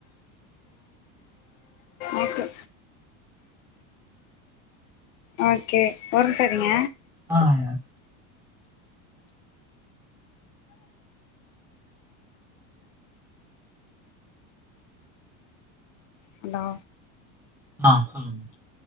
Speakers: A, on the left; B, in the centre.
A: ஓக்கே ஓக்கே ஒரும்சருங்க
B: ஆ வாங்க
A: ஹலோ
B: ஆ சொல்லுங்க